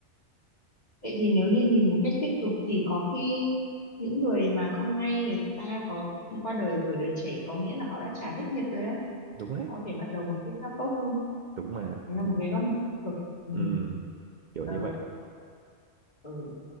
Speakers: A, on the left (about 35°); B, on the right (about 50°).
A: Vậy thì nếu như nhìn một cách tích cực thì có khi những người mà không may người ta có qua đời ở tuổi đời trẻ có nghĩa là họ đã trả hết nghiệp rồi đấy.
B: đúng đấy
A: họ Có thể bắt đầu một kiếp khác tốt hơn.
B: đúng mà
A: Đấy là
B: thì
A: một cái góc nhìn tích cực. Ừ.
B: ừm, kiểu
A: Tớ,
B: như vậy
A: ừ.